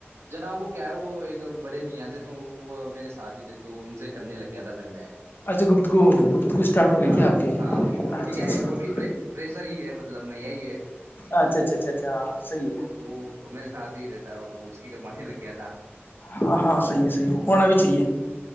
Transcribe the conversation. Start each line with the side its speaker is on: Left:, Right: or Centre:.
Right: جناب وہ کیا ہے وہ ایک بڑے میاں تھے تو وہ میرے ساتھ ہی تھے تو ان سے کرنے لگ گیا تھا پھر میں
Left: اچھا گفتگو گفتگو اسٹارٹ ہو گئی
Right: ہاں
Left: تھی آپ کی
Right: ہاں
Left: اچھا
Right: ان کی کیا
Left: اچھا
Right: ہے وہ بھی پریشر ہی ہے مطلب نیا ہی ہے
Left: اچھا اچھا اچھا اچھا صحیح ہے
Right: تو میرے ساتھ فری رہتا ہے وہ تو کروانے لگ گیا تھا
Left: ہاں ہاں صحی ہے صحی ہے ہونا بھی چاہیے